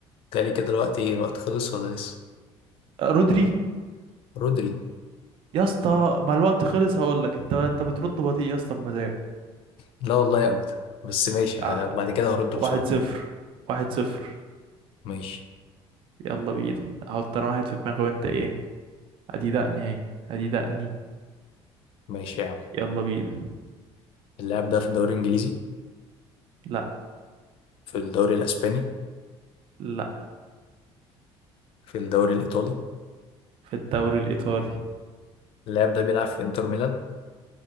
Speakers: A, on the left; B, on the right.
A: تالي كده الوقت ايه الوقت خلص ولا لسه
B: آه رودري
A: رودري
B: يا اسطى مع الوقت خلص هقول لك انت انت بترد بطيء يا اسطى بمزاجك
A: لا والله ابدا بس ماشي
B: آه
A: ه- بعد كده هرد
B: واحد
A: بسرعة
B: صفر واحد صفر
A: ماشي
B: يلا بينا احط انا واحد في دماغي وانت ايه ادي دقني اهي ادي دقني
A: ماشي يا عم
B: يلا بينا
A: اللاعب ده في الدوري الانجليزي
B: لا
A: في الدوري الاسباني
B: لا
A: في الدوري الايطالي
B: في الدوري الايطالي
A: اللاعب ده بيلعب في انتر ميلان